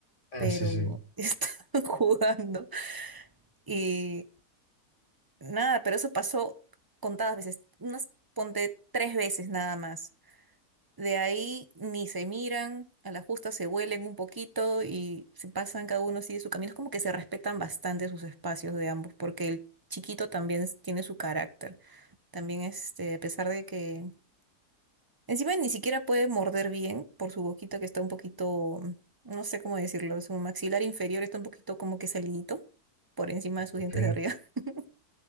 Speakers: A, on the left; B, on the right.
A: Ah,
B: pero
A: sí, sí.
B: <laughs> estaban jugando. Y nada, pero eso pasó contadas veces, unas ponte tres veces nada más. De ahí ni se miran, a la justa se huelen un poquito y se pasan cada uno sigue su camino. Es como que se respetan bastante sus espacios de ambos, porque el chiquito también s- tiene su carácter. También este, a pesar de que Encima ni siquiera puede morder bien por su boquita que está un poquito, mm, no sé cómo decirlo, su maxilar inferior está un poquito como que salinito por encima de sus
A: Ok,
B: dientes de arriba. <laughs>